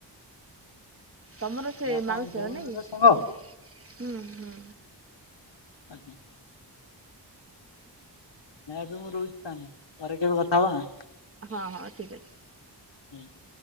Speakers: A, on the right; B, on the left.
A: ତମର ସେ
B: ଆପଣଙ୍କ
A: ମାଉସୀ
B: ଭଉଣୀର
A: ହବ ନାଇଁ କି?
B: ସାଙ୍ଗ
A: <inaudible> ହୁଁ, ହୁଁ
B: ଆଜ୍ଞା। <unintelligible> ପରେ କେବେ କଥା ହେବା
A: ହଁ-ହଁ ଠିକ୍ ଅଚି।
B: <inaudible>